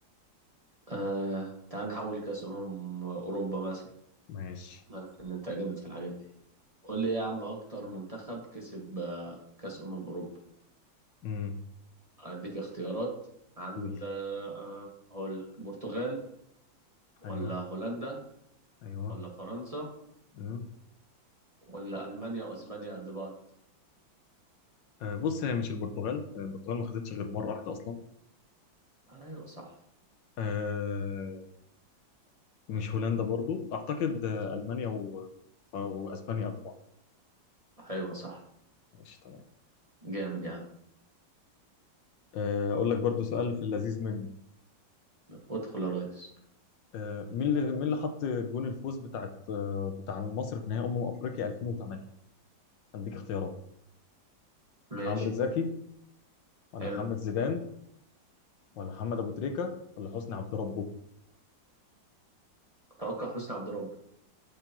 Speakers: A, on the right; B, on the left.
A: آه تعال نحول كأس أمم أوروبا مثلا
B: ماشي
A: عارف إن أنت جامد في الحاجات دي قول لي يا عم أكتر منتخب كسب آه، كأس أمم أوروبا
B: امم
A: أديك اختيارات عند
B: قول
A: آه، هقول لك برتغال ولا
B: ايوه
A: هولندا
B: ايوه
A: ولا فرنسا
B: امم
A: ولا
B: ولا
A: ألمانيا وأسبانيا
B: مين أصلا؟
A: قد بعض
B: آه بص هي مش البرتغال آه، البرتغال ما خدتش غير مره واحده اصلا
A: أيوة صح
B: آه مش هولندا برضو اعتقد آه المانيا و... واسبانيا قد بعض
A: أيوة صح
B: ماشي تمام
A: جامد يا عم
B: آه اقول لك برضو سؤال في اللذيذ منه
A: ادخل يا ريس
B: آه مين اللي مين اللي حط جون الفوز بتاعت آه بتاع مصر في نهائي امم افريقيا 2008 هديك اختيارات
A: ماشي
B: عمرو زكي ولا
A: حلو
B: محمد زيدان ولا محمد ابو تريكه ولا حسني عبد ربه
A: توقع حسني عبد رب